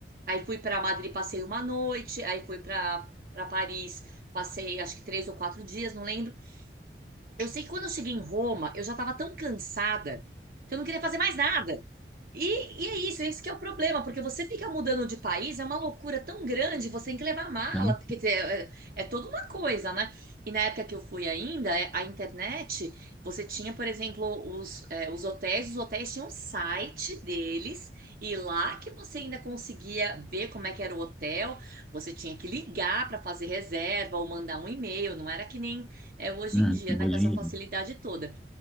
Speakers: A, on the right; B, in the centre.
A: aí fui para Madrid, passei uma noite, aí fui para para Paris, passei acho que três ou quatro dias, não lembro. Eu sei que quando eu cheguei em Roma, eu já estava tão cansada que eu não queria fazer mais nada. E, e é isso, esse que é o problema, porque você fica mudando de país, é uma loucura tão grande, você tem que levar mala,
B: né?
A: quer dizer, é, é toda uma coisa, né? E na época que eu fui ainda, é, a internet, você tinha, por exemplo, os, é, os hotéis, os hotéis tinham um site deles, e lá que você ainda conseguia ver como é que era o hotel, você tinha que ligar para fazer reserva ou mandar um e-mail, não era que nem é hoje
B: Hum,
A: em dia, né,
B: hoje,
A: com essa
B: em
A: facilidade
B: dia,
A: toda.